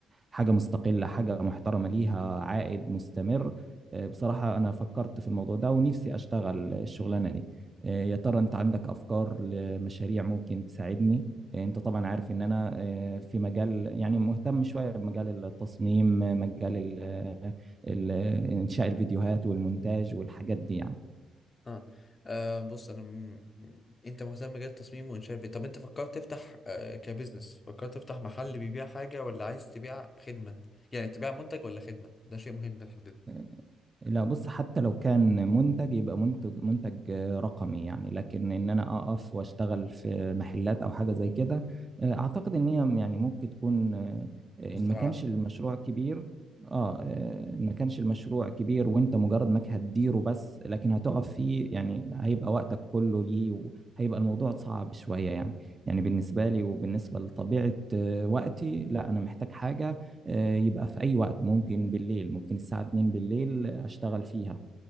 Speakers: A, on the right; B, on the left.
A: حاجه مستقله حاجه محترمه ليها عائد مستمر آه، بصراحه انا فكرت في الموضوع ده ونفسي اشتغل الشغلانه دي آه، يا ترى انت عندك افكار لمشاريع ممكن تساعدني آه، انت طبعا عارف ان انا آه، في مجال يعني مهتم شويه بمجال التصميم آه، مجال ال- آه، ال- آه، انشاء الفيديوهات والمونتاج والحاجات دي يعني
B: اه آه، بص انا م... م- انت مهتم بجد التصميم وانشاء الفيديو طب انت فكرت تفتح آه، كبزنس فكرت تفتح محل بيبيع حاجة ولا عايز تبيع خدمة يعني تبيع منتج ولا خدمة ده شيء مهم بنحدده
A: آه، لا بص حتى لو كان منتج يبقى منتج منتج آه، رقمي يعني لكن ان انا اقف واشتغل في محلات او حاجه زي كده آه، اعتقد ان هي يعني ممكن تكون آه، ان
B: مستبعد
A: ما كانش المشروع كبير اه آه، ان ما كانش المشروع كبير وانت مجرد انك هتديره بس لكن هتقف فيه يعني هيبقى وقتك كله ليه وهيبقى الموضوع صعب شويه يعني يعني بالنسبه لي وبالنسبه لطبيعه آه، وقتي لا انا محتاج حاجه آه، يبقى في أي وقت ممكن بالليل ممكن الساعة 2 بالليل أشتغل فيها